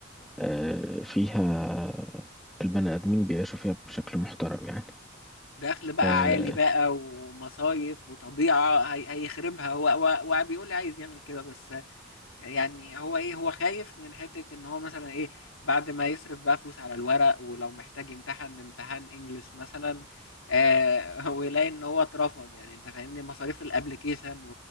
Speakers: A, in the centre; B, on the left.
A: آه، فيها البني آدمين بيعيشوا فيها بشكل محترم يعني
B: دخل بقى
A: آه،
B: عالي بقى ومصايف وطبيعة هي- هيخربها هو هو هو بيقول لي عايز يعمل كده بس يعني هو ايه هو خايف من حتة ان هو مثلا ايه بعد ما يصرف بقى فلوس على الورق ولو محتاج امتحان امتحان انجليش مثلا آه <laughs> ويلاقي ان هو اترفض يعني انت فاهمني مصاريف الابليكيشن